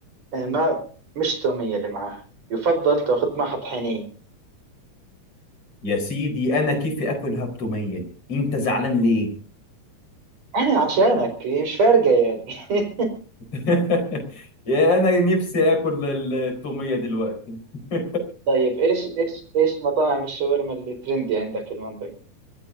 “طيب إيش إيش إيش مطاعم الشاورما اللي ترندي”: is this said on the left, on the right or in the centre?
Right